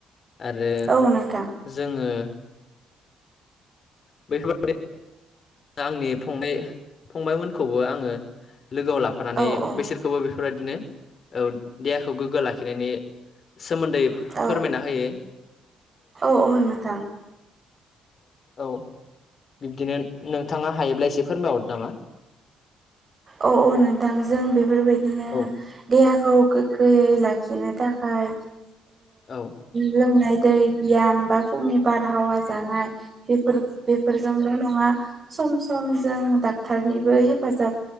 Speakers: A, on the left (about 50°); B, on the right (about 40°).
A: आरो
B: औ नोंथां
A: जोङो बेफोरबादि आंनि फंनै फंबायमोनखौबो आङो लोगोआव लाफानानै
B: औ औ
A: बिसोरखौबो बेफोरबादिनो औ देहाखौ गोग्गो लाखिनायनि सोमोन्दै
B: औ
A: फोरमायना होयो
B: औ औ मोजां
A: औ बिब्दिनो नोंथाङा हायोब्ला एसे फोरमायहरदो नामा
B: औ औ नोंथां जों बेफोरबायदिनो
A: औ
B: देहाखौ गोग्गोयै लाखिनो थाखाय
A: औ
B: लोंनाय दै बियाम बा फुंनि बारहावा जानाय बेफोर बेफोरजोंल' नङा सम सम जों दाग डक्टारनिबो हेफाजाब